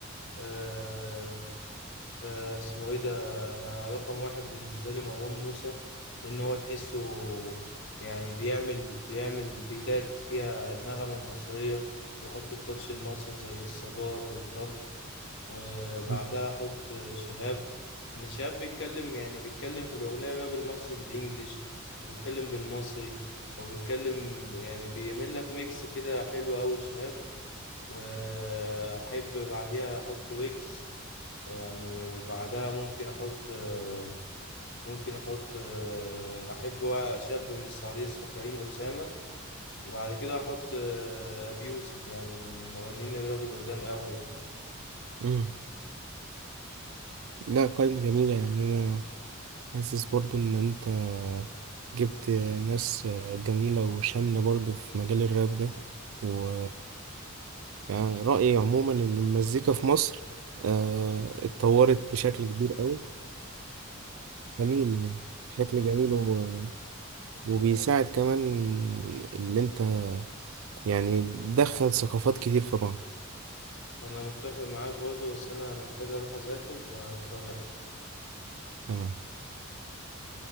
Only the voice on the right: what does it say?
مم.
مم. لا قايمة جميلة يعني أنا حاسس برضو إن أنت جبت ناس جميلة وشاملة برضو في مجال الراب ده و يعني رأيي عموما إن المزيكا في مصر آه، اتطورت بشكل كبير قوي جميل يعني شكل جميل و... وبيساعد كمان اللي أنت يعني بتدخل ثقافات كتير في بعض
تمام